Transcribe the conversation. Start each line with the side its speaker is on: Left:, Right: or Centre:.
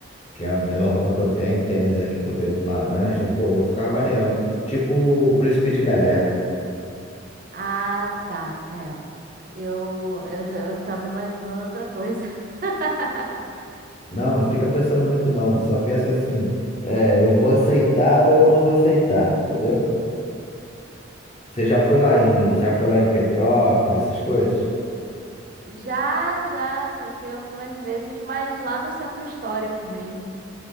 Left: que é a melhor roupa que eu tenho, tênis aqui que eu tenho laranja, pô, eu vou ficar maneirão. Tipo o príncipe de Bel-Air.
Right: Ah, tá. É. Eu, eu já eu tava imaginando outra coisa. <laughs>
Left: Não, não fica pensando muito, não. Só pensa assim, é, eu vou aceitar ou eu não vou aceitar, entendeu? Você já foi lá em, já foi lá em Petrópolis, essas coisas?
Right: Já, já, já fui algumas vezes, mas lá no centro histórico mesmo.